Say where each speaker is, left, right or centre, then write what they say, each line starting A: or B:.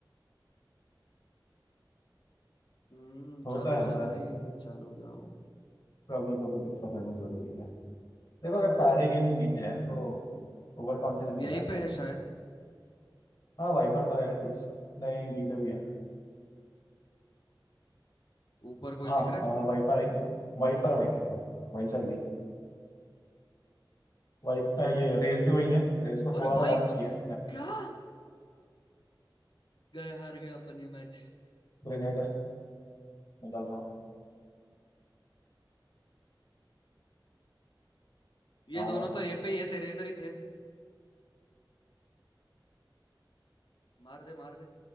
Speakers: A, on the left (about 65°); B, on the left (about 50°).
A: हम्म
B: होता
A: चालू
B: है
A: हो
B: होता
A: जाओ भाई
B: है
A: चालू हो जाओ
B: कभी कभी दिक्कत होनी जरूरी है देखो अगर सारे गेम जीत जाए तो ओवर कॉन्फिडेंस
A: यहीं
B: हो जाता
A: पे
B: है भाई
A: है शायद
B: हाँ वाइपर तो है एटलीस्ट नहीं बीटो भी है
A: ऊपर कोई
B: हाँ
A: दिख रहा है
B: हाँ वाइपर आई वाइपर वाइपर वाइपर वही चाहिए वाइप ये रेस भी वही है रेस को
A: अरे
B: थोड़ा
A: भाई
B: सा डैमेज किया है
A: क्या गए हार गए अपन ये मैच
B: ग्रेनेड निकल रहा
A: ये
B: भाग
A: दोनों
B: रहा
A: तो ए पे ही है तेरे इधर ही थे मार दे मार दे